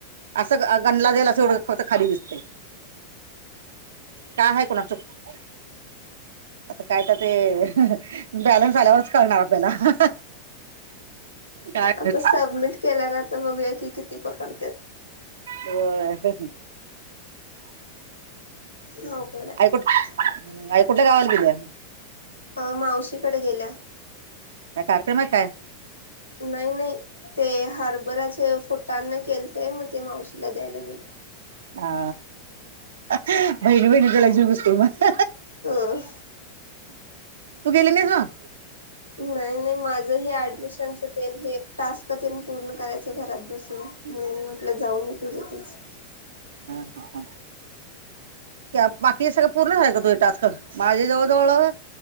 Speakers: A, on the right (about 65°); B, on the left (about 85°).
A: असं गणला जाला असवढं फक्त खाली दिसतय.
B: हा <inaudible>
A: काय आहे कोणाचू ठाऊक आता काय तर ते. बॅलन्स आल्यावरच कळणार आपल्याला. कायच
B: आता सबमिट केल्या आता बघूया किती पकडत्यात.
A: होय हाईत.
B: अवघड आहे
A: कुठ आई कुठे गावाला गेल्या.
B: अ मावशीकडे गेल्या.
A: काय कार्यक्रम काय.
B: नाही नाही ते हार्बराच्या फूटांने केलं ते मग ते मावशीला द्यायला गेलं.
A: हा बहिणी बहिणी लय जीव दिसतील मग.
B: ''हं''
A: तू गेली नाहीस मग.
B: नाही नाही माझ ह ऍडमिशनच ते हे एक टास्क ते पूर्ण करायचं घरात बसून. म्हणून म्हटलं जाऊन येतुझेतच.
A: ह ह क्या बाकी सगळं पूर्ण झाले का तूजे टास्क. क माझे जवळ जवळ